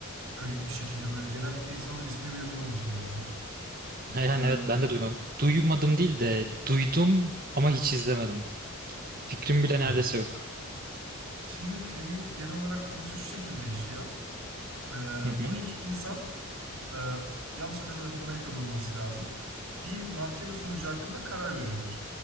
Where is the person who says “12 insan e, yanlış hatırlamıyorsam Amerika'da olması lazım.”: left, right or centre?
Right